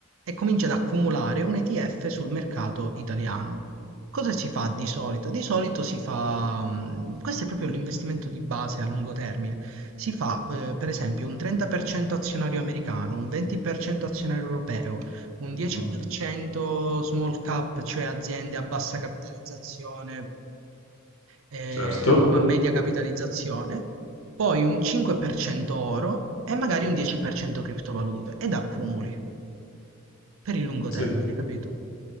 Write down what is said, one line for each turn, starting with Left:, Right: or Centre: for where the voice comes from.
Right: e cominci ad accumulare un ETF sul mercato italiano. Cosa si fa di solito? Di solito si fa, mh, questo è proprio l'investimento di base a lungo termine, si fa eh, per esempio un 30% azionario americano, un 20% azionario europeo, un
Left: Mh-mh.
Right: 10% small cap, cioè aziende a bassa capitalizzazione eh,
Left: Certo,
Right: o a media capitalizzazione, poi un 5% oro e magari un 10% criptovalute ed accumuli per il lungo
Left: sì,
Right: termine, capito?